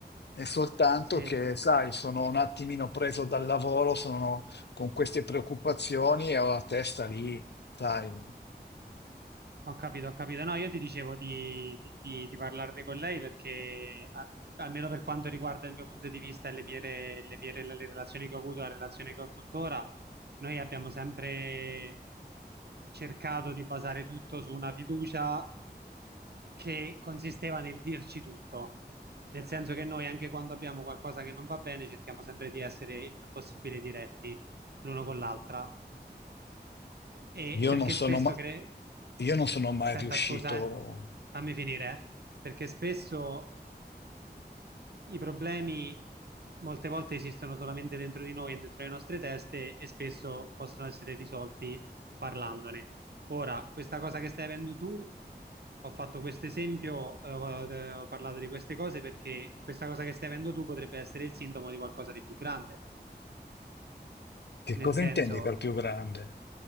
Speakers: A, on the left; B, on the right.
A: è soltanto
B: sì.
A: che, sai, sono un attimino preso dal lavoro, sono con queste preoccupazioni e ho la testa lì, sai.
B: Ho capito, ho capito. No, io ti dicevo di, di- di- di parlarne con lei perché, a- almeno per quanto riguarda il mio punto di vista e le mie, re- le mie re- le relazioni che ho avuto, la relazione che ho tuttora, noi abbiamo sempre cercato di basare tutto su una fiducia che consisteva nel dirci tutto. Nel senso che noi, anche quando abbiamo qualcosa che non va bene, cerchiamo sempre di essere il più possibile diretti l'uno con l'altra. E
A: Io
B: perché
A: non sono
B: spesso
A: ma-
B: cre-
A: io non sono mai
B: Aspetta,
A: riuscito.
B: scusa, eh. Fammi finire, eh. Perché spesso i problemi molte volte esistono solamente dentro di noi, dentro le nostre teste e spesso possono essere risolti parlandone. Ora, questa cosa che stai avendo tu, ho fatto questo esempio, eh, ho eh, ho parlato di queste cose perché questa cosa che stai avendo tu potrebbe essere il sintomo di qualcosa di più grande.
A: Che
B: Nel
A: cosa
B: senso,
A: intendi per più grande?